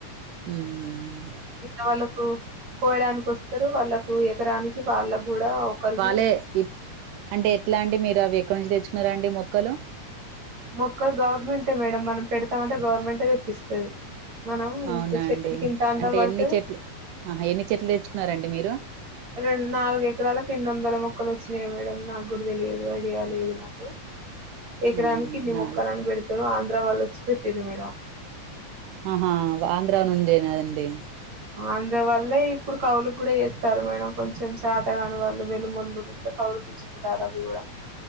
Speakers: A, on the right; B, on the right.
A: ఉమ్
B: ఇలా వాళ్ళకు కోయడానికి వస్తారు వాళ్ళకు ఎకరానికి వాళ్ళ కూడా ఒకరికి
A: ఏ ఇట్ అంటే ఎట్లా అండి మీరు అవి ఎక్కడ నుంచి తెచ్చుకున్నారండి మొక్కలు
B: మొక్కలు గవర్నమెంటే మేడం మనం పెడతామంటే గవర్నమెంంటే తెప్పిస్తది మనం
A: అవునా
B: ఇంత చెతికి
A: అండి
B: ఇంత అంట
A: అంటే
B: పడితే
A: ఎన్ని చెట్లు ఆహా ఎన్ని చెట్లు తెచ్చుకున్నారండి మీరు
B: రెండు నాలుగు ఎకరాలకు ఎన్ని వందల మొక్కలు వచ్చినాయా మేడం నాకు కూడా తెలియదు ఐడియా లేదు నాకు కూ ఎకరానికి
A: అవునా
B: కిన్ని
A: నాలుగు
B: మొక్కలని పెడతారు ఆంధ్ర వాళ్ళు వచ్చి పెట్టారు మేడం
A: ఆహా ఆంధ్ర నుండేనా అండి
B: ఆంధ్రవల్లే ఇప్పుడు కవులుకి కూడా చేస్ తరుమైన కొంచెం చేతగాని వాళ్ళు వెలుమోల్లుకి ఇట్లా కౌలుకి ఇచ్చుకుంటారు అవి కూడా